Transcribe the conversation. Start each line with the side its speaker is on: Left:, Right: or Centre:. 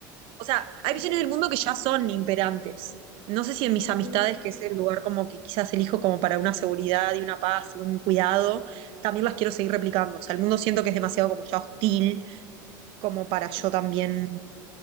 Right: o sea,
Left: sí
Right: hay
Left: es
Right: visiones
Left: cierto,
Right: del mundo que ya son imperantes. No sé si en mis
Left: ujú,
Right: amistades, que es el lugar como que quizás elijo como para una seguridad y una paz y un cuidado, también las quiero seguir replicando. O sea, el mundo siento que es demasiado como ya hostil, como para
Left: sí,
Right: yo también